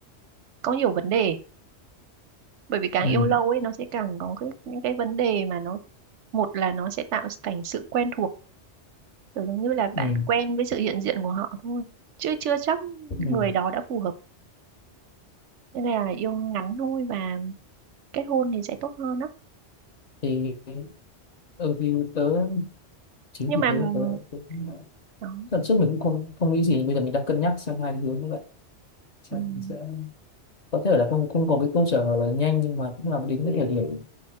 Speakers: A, on the right (about 85°); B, on the left (about 45°).
A: có nhiều vấn đề bởi vì càng
B: ừ
A: yêu lâu ấy nó sẽ càng có cái, những cái vấn đề mà nó một là nó sẽ tạo thành sự quen thuộc kiểu giống như là bạn
B: ừ
A: quen với sự hiện diện của họ thôi chứ chưa chắc
B: ừ
A: người đó đã phù hợp nên là yêu ngắn thôi và kết hôn thì sẽ tốt hơn á
B: thì ừ, thì tớ chính
A: nhưng
B: vì
A: mà
B: thế
A: ừm,
B: mà tớ cũng
A: đó,
B: lần trước mình cũng không không nghĩ gì bây giờ mình đang cân nhắc xem hai cái hướng như vậy xem
A: ừm,
B: mình sẽ có thể là không không có cái câu trả lời nhanh nhưng mà cũng là đến cái thời điểm